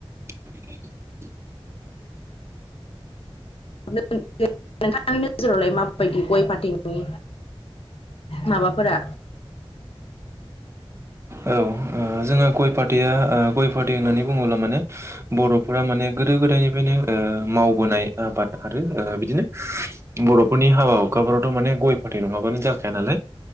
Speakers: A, on the right; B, on the left.
A: <unintelligible>
B: नोंथांनि नोजोरावलाय माबायदि गय फाथैनि माबाफोरा
A: औ ओ जोंङो गय फाथैया ओ गय फाथै होननानै बुङोब्ला माने बर'फोरा माने गोदो गोदायनिफ्रायनो ओ मावबोनाय आबाद आरो ओ बिदिनो बर'फोरनि हाबा हुखाफोरावथ' माने गय फाथै नङाबानो जाखाया नालाय